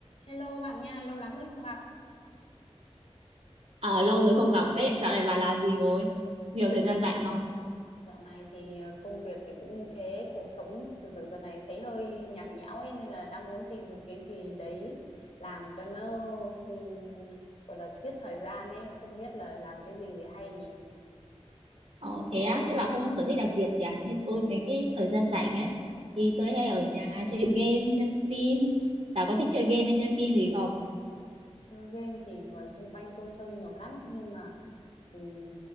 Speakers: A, on the left; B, on the right.
A: Hello bạn nha, lâu lắm rồi không gặp.
B: Ờ, lâu rồi không gặp ấy, dạo này bà làm gì rồi? Nhiều
A: Ừ,
B: thời gian rảnh không?
A: dạo này thì ờ, công việc thì cũng như thế, cuộc sống thực sự giờ này thấy hơi nhạt nhẽo ấy nên là đang muốn tìm một cái gì đấy làm cho nó ừm, gọi là giết thời gian ấy, không biết là làm cái gì thì hay nhỉ.
B: Ờ, thế á, thế bà không có sở thích đặc biệt gì à? Như tôi mấy cái thời gian rảnh ấy, thì tôi hay ở nhà chơi game, xem phim. Bà có thích chơi game hay xem phim gì không?
A: Chơi game thì người xung quanh tôi chơi nhiều lắm nhưng mà ừm,